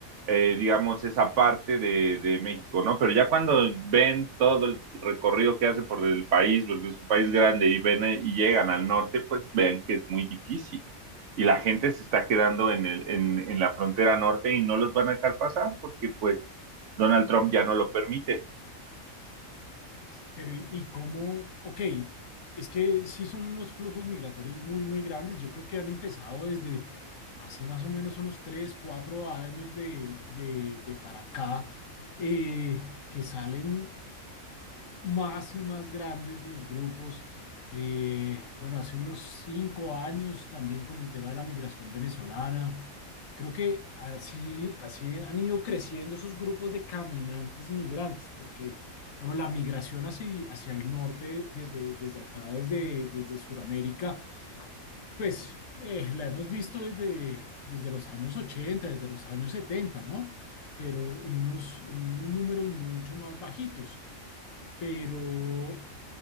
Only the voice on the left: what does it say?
Pero ¿y, y cómo? Ok, es que sí son unos flujos migratorios muy, muy grandes. Yo creo que han empezado desde hace más o menos unos 3 4 años de, de, de para acá, eh, que salen más y más grandes los grupos. Eh, bueno, hace unos cinco años también con el tema de la migración venezolana. Creo que así, así han ido creciendo esos grupos de caminantes migrantes, porque digamos, la migración hacia, hacia el norte, desde, desde acá, desde, desde Sudamérica, pues eh, la hemos visto desde, desde los años 80, desde los años 70, ¿no? Pero en unos, en unos números mucho más bajitos. Pero,